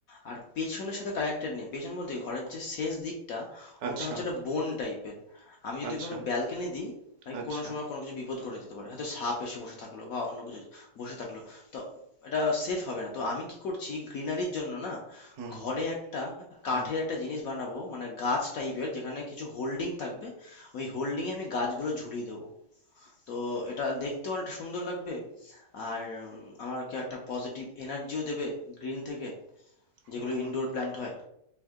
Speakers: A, on the left (about 65°); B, on the right (about 70°).
A: আর পেছনের সাথে কানেক্টেড নেই পেছন বলতে কি, ঘরের যে শেষ দিকটা
B: আচ্ছা
A: ওটা হচ্ছে একটা বোন টাইপের আমি যদি
B: আচ্ছা
A: কোনো ব্যালকনি দিই ভাই
B: আচ্ছা
A: কোনো সময় কোনো কিছু বিপদ ঘটে যেতে পারে হয়তো সাপ এসে বসে থাকলো বা অন্য কিছু বসে থাকলো তো এটা সেফ হবে না তো আমি কি করছি গ্রিনারির জন্য না
B: হুম
A: ঘরে একটা কাঠের
B: হুম
A: একটা জিনিস বানাবো মানে গাছ টাইপের যেখানে কিছু হোল্ডিং থাকবে ওই হোল্ডিংয়ে আমি গাছগুলো ঝুলিয়ে দেবো তো এটা দেখতেও অনেকটা সুন্দর লাগবে আর উম, আমাকে একটা পজিটিভ এনার্জিও দেবে গ্রিন থেকে যেগুলো
B: হুম।
A: ইনডোর প্ল্যান্ট হয়